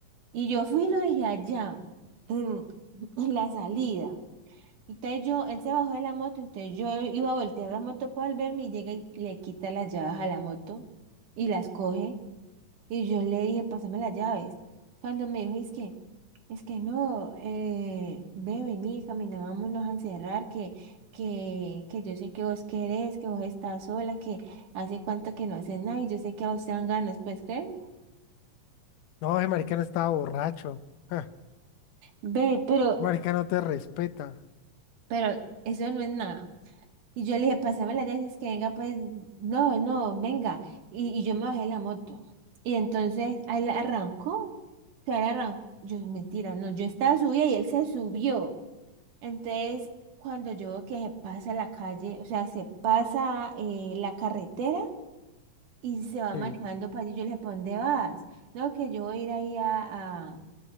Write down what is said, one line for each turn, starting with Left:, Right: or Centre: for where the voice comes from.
Right: Y yo fui y lo dejé allá, en, <laughs> en la salida. Entonces yo, él se bajó de la moto, entonces yo iba a voltear la moto para volverme y llega y le quita las llaves a la moto y las coge. Y yo le dije, pásame las llaves. Cuando me dijo, es que, es que no, eh, ve, vení, camina, vámonos a encerrar, que, que, que yo sé que vos querés, que vos estás sola, que hace cuánto que no haces nada y yo sé que a vos te dan ganas, pues, ¿crees?
Left: No, ese marica no estaba borracho. Ja,
Right: Ve, pero,
Left: marica no te respeta.
Right: pero eso no es nada. Y yo le dije, pasame las dices que venga, pues, no, no, venga. Y, y yo me bajé de la moto. Y entonces él arrancó, o sea, él arrancó. Yo, mentira, no, yo estaba subida y él se subió. Entonces, cuando yo veo que se pasa la calle, o sea, se pasa eh, la carretera y se va manejando
Left: Sí,
Right: para allí, yo le dije, ¿para dónde vas? No, que yo voy a ir ahí a, a...